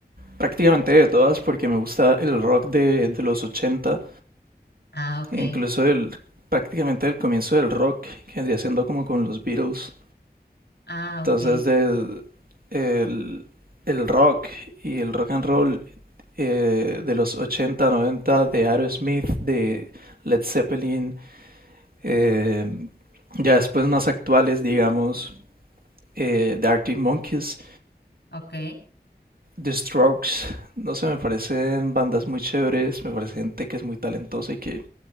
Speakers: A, on the right; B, on the left.
A: prácticamente de todas porque me gusta el rock de, de los 80
B: Ah, ok.
A: e incluso del, prácticamente del comienzo del rock, que vendría siendo como con los Beatles.
B: Ah,
A: Entonces,
B: ok.
A: de, el, el rock y el rock and roll eh, de los 80 90 de Aerosmith, de Led Zeppelin, eh, ya después más actuales, digamos, eh, de Arctic Monkeys,
B: Ok.
A: The Strokes, no sé, me parecen bandas muy chéveres, me parece gente que es muy talentosa y que